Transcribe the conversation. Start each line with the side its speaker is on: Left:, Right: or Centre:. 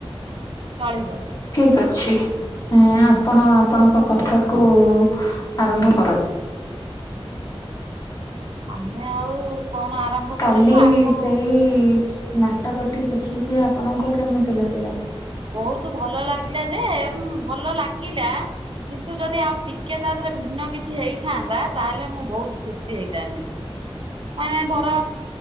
Right: ଚଲିବ।
Left: ଠିକ ଅଛି ଆପଣ ଆପଣଙ୍କ କଥାକୁ ଆରମ୍ଭ କରନ୍ତୁ।
Right: ଆମେ ଆଉ କଣ ଆରମ୍ଭ
Left: କାଲି
Right: କରିବୁ ଆପଣ
Left: ସେଇ ନାଟକଟି ଦେଖିକି ଆପଣଙ୍କୁ କେମିତି ଲାଗିଲା?
Right: ବହୁତ ଭଲ ଲାଗିଲା ଯେ ଭଲ ଲାଗିଲା କିନ୍ତୁ ଯଦି ଆଉ ଟିକେ ତା ଦେହରେ ଭିନ୍ନ କିଛି ହେଇଥାନ୍ତା ତାହେଲେ ମୁଁ ବହୁତ ଖୁସି ହେଇଥାନ୍ତି। ମାନେ ଧର